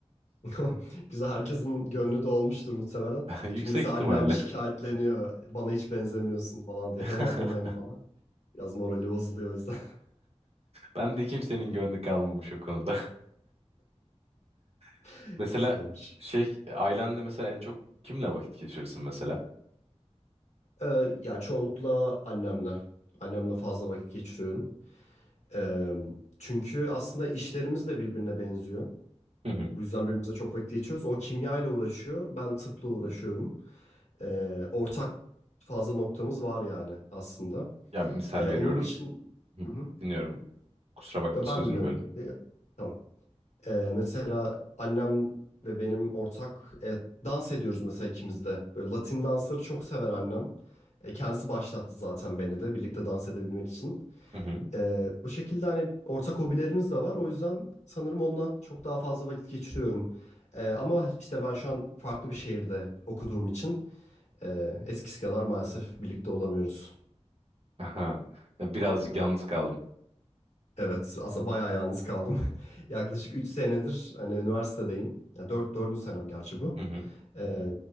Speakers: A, on the left; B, on the right.
A: <laughs> Güzel herkesin gönlü dolmuştur muhtemelen.
B: <laughs> Yüksek
A: Çünkü mesela
B: ihtimalle.
A: annem şikayetleniyor. Bana hiç benzemiyorsun falan diye.
B: <laughs>
A: Hem ablama hem bana. Biraz morali bozuluyor o yüzden.
B: Ben de kimsenin gönlü kalmamış o konuda. <laughs>
A: <laughs>
B: Mesela
A: Güzel olmuş.
B: şey ailende mesela en çok kimle vakit geçirirsin mesela?
A: Ee, ya çoğunlukla annemle. Annemle fazla vakit geçiriyorum. Ee, çünkü aslında işlerimiz de birbirine benziyor.
B: Hı hı.
A: Bu yüzden birbirimize çok vakit geçiriyoruz. O kimya ile uğraşıyor. Ben tıpla uğraşıyorum. Ee, ortak fazla noktamız var yani aslında.
B: Ya misal
A: Ee, onun
B: veriyorum.
A: dışında...
B: Hı,
A: Hı hı.
B: Dinliyorum. Kusura bakma
A: Ya
B: sözünü
A: ben dinliyorum. Ee, Tamam. Ee, mesela annem ve benim ortak e, dans ediyoruz mesela ikimiz de. Böyle Latin dansları çok sever annem. E, kendisi başlattı zaten beni de birlikte dans edebilmek için.
B: böldüm.
A: Ee, bu şekilde hani ortak hobilerimiz de var. O yüzden sanırım onunla çok daha fazla vakit geçiriyorum. Ee, ama işte ben şu an farklı bir şehirde okuduğum için e, eskisi kadar maalesef birlikte olamıyoruz
B: Aha. Birazcık
A: bu şekilde.
B: yalnız kaldım.
A: Evet, aslında bayağı yalnız kaldım. <laughs> Yaklaşık 3 senedir hani üniversitedeyim. Ya 4, 4. senem gerçi bu.
B: Hı hı.
A: Ee,